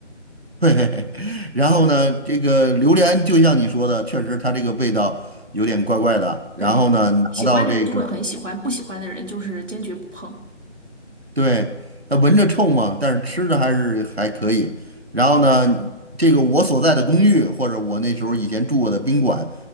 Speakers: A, on the right; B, on the right.
A: 对，<laughs> 然后呢，这个榴莲就像你说的，确实它这个味道有点怪怪的。
B: 对，
A: 然后呢，拿到这个，
B: 喜欢的人就会很喜欢，不喜欢的人就是坚决不碰。
A: 对，它闻着臭嘛，但是吃着还是还可以。然后呢，这个我所在的公寓或者我那时候以前住过的宾馆